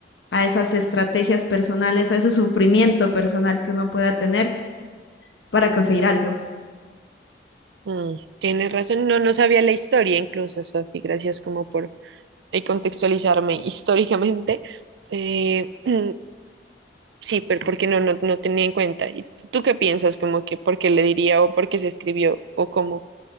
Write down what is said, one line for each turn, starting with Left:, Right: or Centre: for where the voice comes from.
Left: a esas estrategias personales, a ese sufrimiento personal que uno pueda tener para conseguir algo.
Right: Mm, tienes razón, no, no sabía la historia incluso, Sofi, gracias como por y contextualizarme históricamente, eh, <clears throat> sí, pero porque no, no, no tenía en cuenta. ¿Y tú qué piensas? Como que por qué le diría o por qué se escribió o cómo